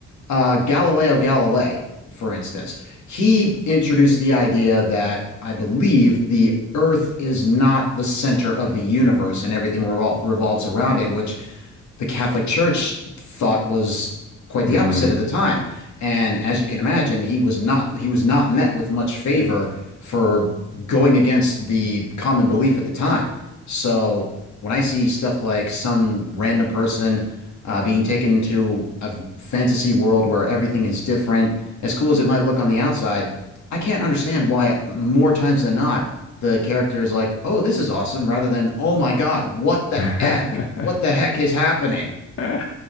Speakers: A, on the left (about 70°); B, on the left (about 50°).
A: uh, Galileo Galilei, for instance, he introduced the idea that I believe the Earth is not the center of the universe and everything revol revolves around it, which the Catholic Church thought was quite
B: mm.
A: the opposite at the time. And as you can imagine, he was not he was not met with much favor for going against the common belief at the time. So when I see stuff like some random person uh, being taken to a fantasy world where everything is different, as cool as it might look on the outside, I can't understand why more times than not the character is like, "Oh, this is awesome," rather than, "Oh my God, what the
B: Mhm.
A: heck?
B: <laughs>
A: What the heck is happening?"
B: <laughs> yeah,